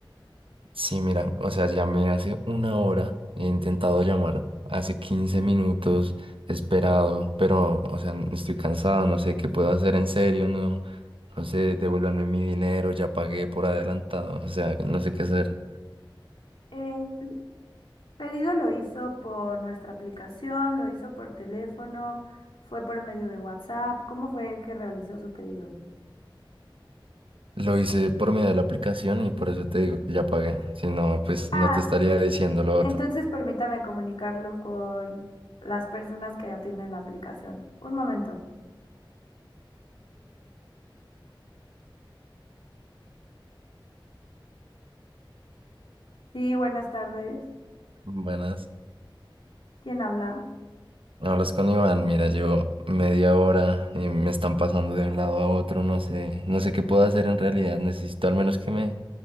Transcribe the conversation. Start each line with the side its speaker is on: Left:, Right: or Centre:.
Right: Sí, mira, o sea, llamé hace una hora, he intentado llamar hace 15 minutos, he esperado, pero, o sea, estoy cansado, no sé qué puedo hacer en serio, no, no sé, devuélvanme mi dinero, ya pagué por adelantado, o sea, no sé qué hacer.
Left: El pedido lo hizo por nuestra aplicación, lo hizo por teléfono, fue por medio de WhatsApp. ¿Cómo fue que realizó su pedido?
Right: Lo hice por medio de la aplicación y por eso te digo que ya pagué. Si no, pues
Left: Ah,
Right: no te estaría diciendo lo otro.
Left: entonces permítame comunicarlo con las personas que atienden la aplicación. Un momento. Sí, buenas tardes.
Right: Buenas.
Left: ¿Quién habla?
Right: Hablas con Iván, mira, yo media hora y me están pasando de un lado a otro, no sé, no sé qué puedo hacer en realidad. Necesito al menos que me,